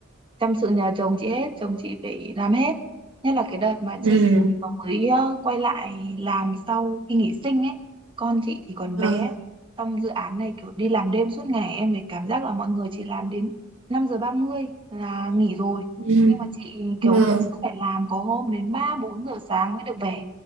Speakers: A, on the right; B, on the right.
A: chăm sự nhờ chồng chị hết chồng chị phải làm hết nhất là cái đợt mà
B: Ừ.
A: chị vừa mới ờ, quay lại làm sau khi nghỉ sinh ấy con chị thì còn
B: Vâng.
A: bé trong dự án này kiểu đi làm đêm suốt ngày em phải cảm giác là mọi người chỉ làm đến 5 giờ 30 là nghỉ rồi
B: Ừ.
A: nhưng mà chị kiểu
B: Vâng.
A: vẫn cứ phải làm có hôm đến ba bốn giờ sáng mới được về